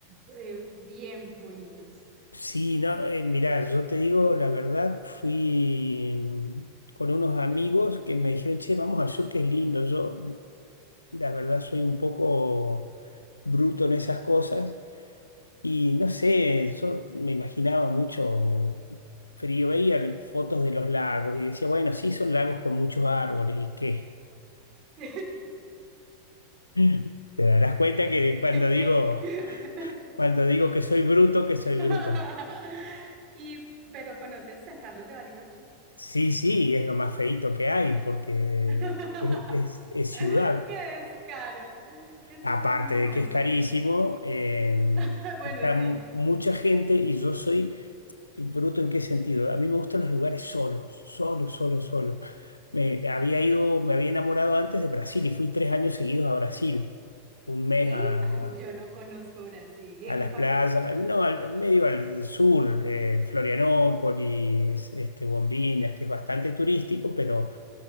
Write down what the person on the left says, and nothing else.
sí, no, eh, mirá, yo te digo la verdad, fui mm, con unos amigos que me dijeron, che, vamos al sur que es lindo. Yo, la verdad, soy un poco bruto en esas cosas y no sé, yo me imaginaba mucho frío, veía fotos de los lagos y decía, bueno, sí, son lagos con muchos árboles y qué.
<laughs> Te darás cuenta que cuando digo,
cuando digo que soy bruto, que soy bruto.
Sí, sí, es lo más feíto que hay porque
es, es- es ciudad.
Aparte
de que es carísimo, eh,
está m-
mucha gente y yo soy bruto en qué sentido. A mí me gustan los lugares solos, solo, solo, solo. Me había ido, me había enamorado antes de Brasil y fui tres años seguidos a Brasil, un mes
a,
a
las
playas, no, al, medio al sur, eh, Florianópolis, este, Bombinhas, que es bastante turístico, pero